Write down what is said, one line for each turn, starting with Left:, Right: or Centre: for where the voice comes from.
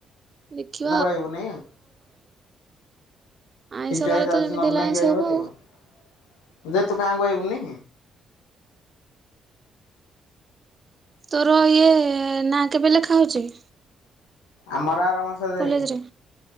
Right: ଦେଖିଆ
Left: ନା ପାଇବୁନି।
Right: ଆଇଁଷ
Left: ତିନଟା
Right: ବାର
Left: ହେଇ ଯାଉଛି
Right: ତ ଯେମିତି
Left: ନହେଲେ
Right: ହେଲେ
Left: ନାଇଁ
Right: ଆଇଁଷ
Left: କିଏ ଆଇପାରିବ
Right: ହବ ଆଉ
Left: ଯେ ତୁ ଗାଁକୁ ଆଇବୁନି?
Right: ତୋର ଇଏ ନାଁ କେବେ ଲେଖାହଉଛି?
Left: ଆମର ଆର ମାସରେ
Right: କଲେଜରେ?
Left: ଯାଇକି